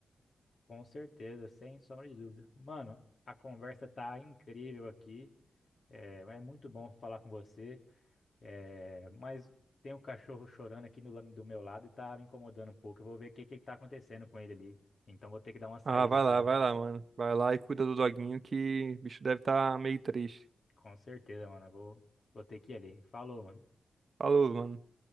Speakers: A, on the left; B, on the right.
A: com certeza, sem sombra de dúvida. Mano, a conversa tá incrível aqui. É, é muito bom falar com você. É, mas tem um cachorro chorando aqui do, do meu lado e tá me incomodando um pouco. Eu vou ver o que que tá acontecendo com ele ali. Então vou ter que dar uma saída
B: Ah, vai
A: aqui,
B: lá,
A: mano.
B: vai lá, mano. Vai lá e cuida do doguinho que o bicho deve estar meio triste.
A: Com certeza, mano. Eu vou, vou ter que ir ali. Falou, mano.
B: Falou, mano.